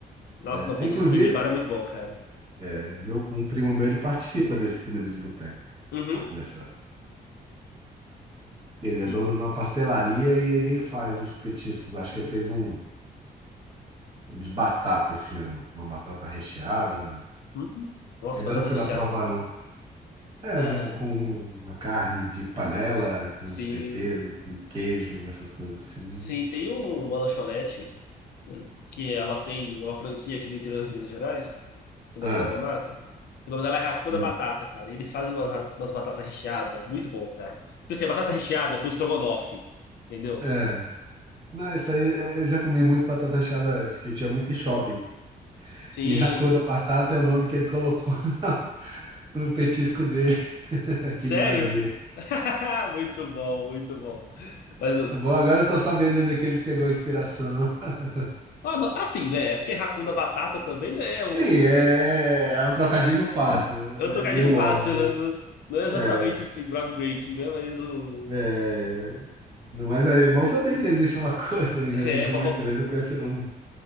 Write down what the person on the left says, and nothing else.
Nossa,
não,
petisquinho
de bar é muito bom, cara.
Uhum.
E.
Uhum. Nossa,
batata
recheada.
Cara,
sim.
Sim, tem um, uma lanchonete né, que ela tem uma franquia aqui no interior de Minas Gerais, na
Zona da Mata. O nome dela é Racuda
Batata, cara. E eles fazem umas, umas batatas recheadas. Muito bom, cara. Tipo assim, batata recheada com estrogonofe. Entendeu?
Sim,
Sério?
<laughs> Muito bom, muito bom. Mas,
ah, não, assim, né? É porque Hakuna Batata também não é o.
É
um trocadilho
fácil, né? Não não é
exatamente esse groundbreaking, né? Mas o.
<laughs>
É
bom.